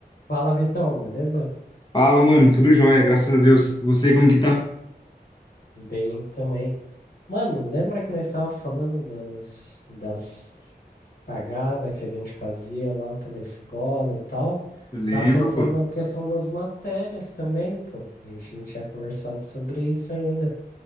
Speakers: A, on the left; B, on the left.
A: Fala, Vitão, beleza?
B: Fala, mano, tudo jóia, graças a Deus. Você como que tá?
A: Bem também. Mano, lembra que nós estávamos falando das, das cagadas que a gente fazia lá pela escola e tal?
B: Lembro,
A: Tava pensando
B: pô.
A: na questão das matérias também, pô. A gente não tinha conversado sobre isso ainda.